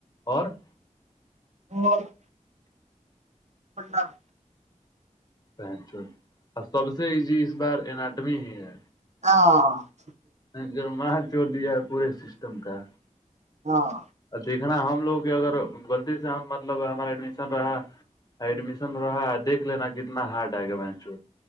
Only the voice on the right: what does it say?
اور <unintelligible> اللہ <inaudible>
ہ <unintelligible>
ہاں <unintelligible>